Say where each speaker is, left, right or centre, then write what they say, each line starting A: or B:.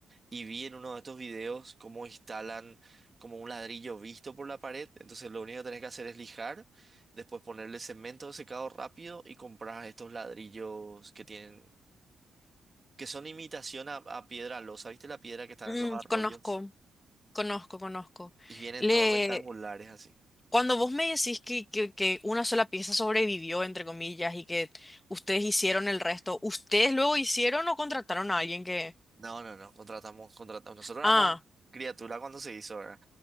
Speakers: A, on the right (about 35°); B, on the left (about 25°).
A: Y vi en uno de estos videos cómo instalan como un ladrillo visto por la pared. Entonces, lo único que tenés que hacer es lijar, después ponerle cemento secado rápido y comprar estos ladrillos que tienen que son imitación a, a piedra losa, ¿viste la piedra que están
B: Mm,
A: en los arroyos?
B: conozco, conozco, conozco.
A: Y vienen
B: Le,
A: todos rectangulares así.
B: Cuando vos me decís que, que, que una sola pieza sobrevivió, entre comillas, y que ustedes hicieron el resto, ¿ustedes luego hicieron o contrataron a alguien que...
A: No, no, no, contratamos, contratamos. Nosotros éramos
B: Ah,
A: criatura cuando se hizo, ¿verdad?